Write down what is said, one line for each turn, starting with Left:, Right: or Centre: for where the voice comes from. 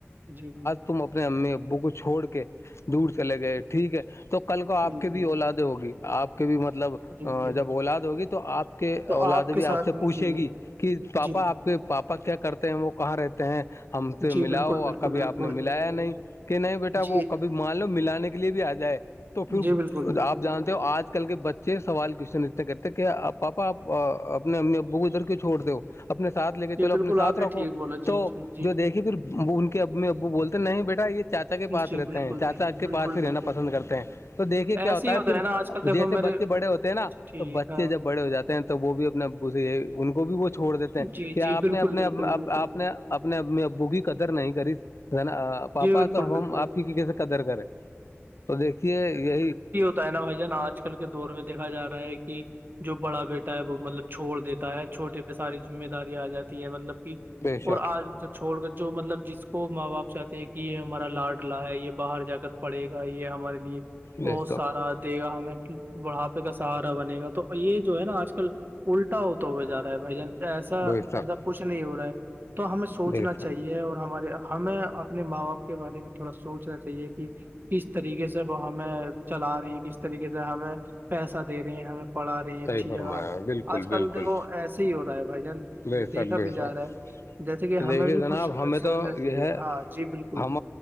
Right: جی جی
Left: تم اپنے امی ابو کو چھوڑ کے دور چلے گئے ٹھیک ہے تو کل کو آپ
Right: جی
Left: کے بھی
Right: جی
Left: اولاد ہوگی آپ کے بھی مطلب
Right: جی جی
Left: جب اولاد ہوگی تو آپ کی کہ
Right: تو
Left: اولاد
Right: کے
Left: بھی
Right: ساتھ
Left: آپ سے پوچھے
Right: جی
Left: گی کہ پاپا
Right: جی
Left: آپ کے پاپا کیا کرتے ہیں وہ کہاں رہتے ہیں ہم سے
Right: جی
Left: ملاؤ
Right: بالکل بالکل
Left: کبھی
Right: بالکل
Left: آپ نے ملایا نہیں کہ نہیں بیٹا
Right: جی
Left: وہ کبھی مان لو ملاانے کے لیے بھی آ جائے تو پھر
Right: جی بالکل
Left: آپ جانتے ہو آج کل کے بچے چ سوال کوشچن اتنے کرتے کہ پاپا آپ اپنے امی ابو کو ادھر کیوں چھوڑ دو ہو اپنے ساتھ لے کے
Right: جی
Left: چلو
Right: بالکل
Left: اپنے ساتھ
Right: آپ نے
Left: رکھو
Right: ٹھیک بولا
Left: تو
Right: جی جی جی
Left: جو دیکھیے پھر ان کے ا ا وہ بولتے نہیں بیٹا یہ چاچا کے پاس
Right: جی
Left: رہتے
Right: بالکل
Left: ہیں چاچا
Right: بالکل
Left: کے
Right: بالکل
Left: پاس ہی رہنا
Right: بالکل
Left: پسند کرتے ہیں تو دیکھیے کیا
Right: ایسے
Left: ہوتا
Right: ہی
Left: ہے پھر
Right: نا آج کل دیکھو
Left: جیسے
Right: میرے
Left: بچے
Right: اچھا
Left: بڑے ہوتے ہیں نا
Right: ٹھیک
Left: تو بچے
Right: ہاں
Left: جب بڑے ہو جاتے ہیں تو وہ بھی اپنا ان کو بھی وہ چھوڑ دیتے ہیں کہ
Right: جی جی
Left: آپ
Right: بالکل
Left: نے اپنے
Right: بالکل بالکل
Left: آپ نے اپنے بوگی قدر نہیں کرا پاپا
Right: جی بالکل
Left: تو
Right: بالکل
Left: ہم آپ کی کی سے قدر کرے تو دیکھیے یہی
Right: تو ہے نا بھائی جان آج کل کے دور میں دیکا رہا ہے کہ جو بڑا بیٹا ہے وہ مطلب چھوڑ دیتا ہے چھوٹے پہ ساری ذمہ داری آ جاتی ہے مطلب کہ
Left: بے شک
Right: اور آج چھوڑ کر جو مطلب جس کو ماں باپ چاہتے ہیں کہ یہ ہمارا لاڈلا ہے یہ باہر جا کر پڑے گا یہ ہمارے لیے
Left: بے
Right: بہت سارا
Left: شک
Right: دے گا ہمیں بڑھاپے کا سہارا بنے گا تو یہ جو ہے نا آج کل الٹا ہوتا ہوئے جا رہا ہے بھائی جان ایسا
Left: بے
Right: ایسا
Left: شک
Right: کچھ نہیں ہو رہا ہے تو ہمیں سوچنا
Left: بے
Right: چاہیے
Left: شک
Right: اور ہمارے ہمیں اپنے ماں باپ کے بارے میں تھوڑا سوچنا چاہیے کہ کس طریقے سے وہ ہمیں چلا رہے ہیں کس طریقے سے ہمیں پیسہ دے رہے ہیں ہمیں پڑھا رہی ہیں اچھی
Left: صحیح فرمایا
Right: جگہ
Left: بالکل
Right: آج کل
Left: بالکل
Right: دیکھو ایسے ہی ہو رہا ہے بھائی جان
Left: بے
Right: دیکھا
Left: شک بے
Right: بھی جا
Left: شک
Right: رہا ہے جیسے کہ ہمیں
Left: تو دیکھیے
Right: بھی
Left: جناب
Right: کچھ
Left: ہمیں
Right: سوچنا
Left: تو
Right: چاہیے
Left: یہ
Right: ہاں
Left: <unintelligible>
Right: جی بالکل
Left: ہم